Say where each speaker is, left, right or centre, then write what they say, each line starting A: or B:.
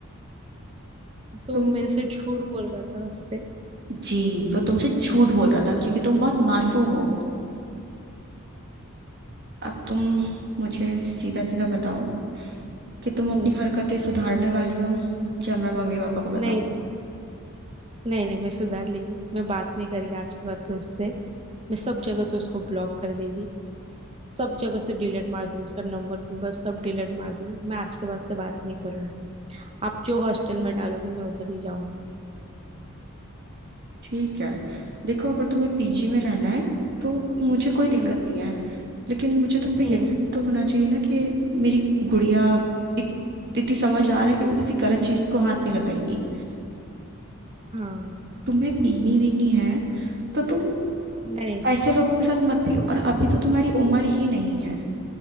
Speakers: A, on the right; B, on the right.
A: तो
B: तुम
A: मेरे से झूठ बोल रहा था उससे
B: जी वो तुमसे झूठ बोल रहा था क्योंकि तुम बहुत मासूम हो अब तुम मुझे सीधा सीधा बताओ कि तुम अपनी
A: हम्म
B: हरकतें सुधारने वाली हो या मैं मम्मी पापा को बताऊं
A: नहीं नहीं नहीं मैं सुधार लेगी मैं बात नहीं करी आज के बाद तो उससे मैं सब जगह से उसको ब्लॉक कर देगी सब जगह से डिलीट मार देगी उसका नंबर नंबर सब डिलीट मार देगी मैं आज के बाद से बात नहीं करूंगी आप जो हॉस्टल में डालोगे मैं उधर ही जाऊंगी
B: ठीक है देखो अगर तुम्हें पीजी में रहना है तो मुझे कोई दिक्कत
A: हम्म
B: नहीं है लेकिन मुझे तुम पे
A: हम्म
B: यकीन तो होना चाहिए ना कि मेरी गुड़िया इत, इतनी समझदार है कि वो किसी गलत चीज को हाथ नहीं लगाएगी
A: हाँ
B: तुम्हें पीनी वीनी है तो तुम
A: नहीं
B: ऐसे लोगों के साथ मत पियो और अभी तो तुम्हारी उम्र ही नहीं है